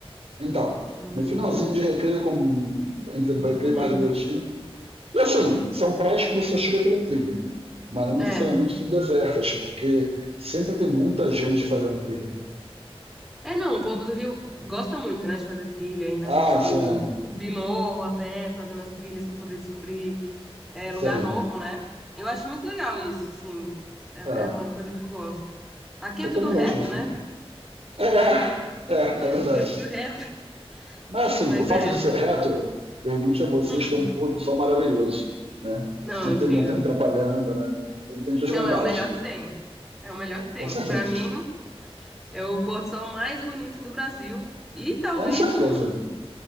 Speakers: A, on the right; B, in the centre.
A: então,
B: Hum.
A: no finalzinho de recreio, como entre recreio
B: Uhum.
A: e Barra de Guaratinga, e assim, são praias que você só chega pela trilha, mas não
B: É.
A: necessariamente são desertas, porque sempre tem muita gente fazendo trilha por aí.
B: É, não, o povo do Rio gosta muito, né, de fazer trilha aí nessas,
A: Ah,
B: tipo,
A: sim, é,
B: subir morro a pé, fazendo as trilhas pra poder descobrir é,
A: sim.
B: lugar novo, né? Eu acho muito legal isso, assim, é,
A: É,
B: é uma coisa que eu gosto. Aqui
A: eu
B: é tudo
A: também
B: reto,
A: gosto disso.
B: né?
A: É, é, é
B: <laughs>
A: verdade.
B: Aqui é tudo reto,
A: Mas
B: <laughs>
A: assim,
B: mas
A: o fato
B: é.
A: de ser reto permite a vocês
B: Hum,
A: ter um pôr do sol maravilhoso, né?
B: não,
A: Não
B: incrível.
A: tem montanha atrapalhando, né? Tem, tem suas
B: Não,
A: vantagens
B: é o melhor
A: também.
B: que tem. É o melhor que tem.
A: Com certeza.
B: Pra mim, é o pôr do sol mais bonito do Brasil e talvez
A: Com certeza.
B: do mundo.